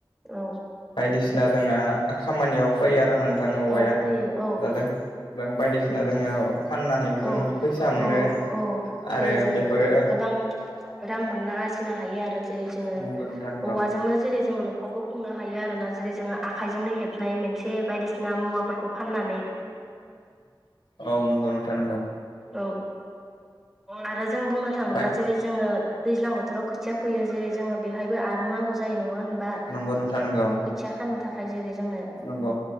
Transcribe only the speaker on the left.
बायदिसिना जोंना खामानियाव फैयो आरो नोंथां औवाया
दा जों। जों बायदिसिना जोङो फाननानैबो
जोङो फैसा मोनो
आरो
बेफोरो
नंगौ नोंथां नंगौ
औ नंगौ नोंथां नंगौ।
बाय
नंगौ नोंथां नंगौ।
नंगौ